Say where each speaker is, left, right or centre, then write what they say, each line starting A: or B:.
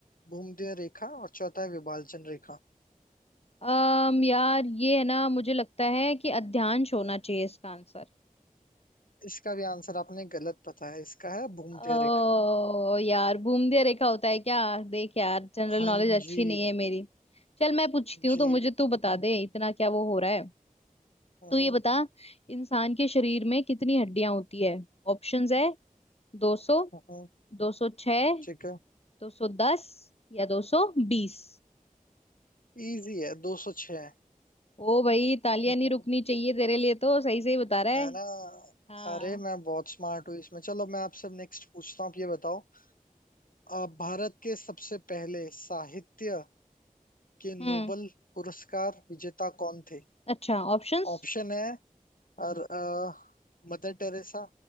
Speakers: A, on the left; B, on the left.
A: भूमध्य रेखा और चौथा है विभाजन रेखा
B: अम यार ये है ना मुझे लगता है कि अध्यांश होना चाहिए इसका आंसर
A: इसका भी आंसर आपने गलत बताया इसका है भूमध्य
B: ओ
A: रेखा
B: यार भूमध्य रेखा होता है क्या देख यार जनरल
A: हाँ
B: नॉलेज अच्छी
A: जी
B: नहीं है मेरी चल मैं पूछती
A: जी
B: हूँ तो मुझे तू बता दे इतना क्या वो हो रहा है
A: हम्म,
B: तू ये बता इंसान के शरीर में कितनी हड्डियां होती है ऑप्शंस है 200
A: हम्म,
B: 206
A: ठीक है
B: 210 या 220
A: इजी है दो सौ छह है
B: ओ भाई तालियां
A: <laughs>
B: नहीं रुकनी चाहिए तेरे लिए तो सही सही बता रहा है
A: ना
B: हाँ
A: अरे मैं बहुत स्मार्ट हूँ इसमें चलो मैं आपसे नेक्स्ट पूछता हूँ आप ये बताओ अ, भारत के सबसे पहले साहित्य के नोबल
B: हम्म
A: पुरस्कार विजेता कौन थे
B: अच्छा ऑप्शंस
A: ऑप्शन है और अ, मदर टेरेसा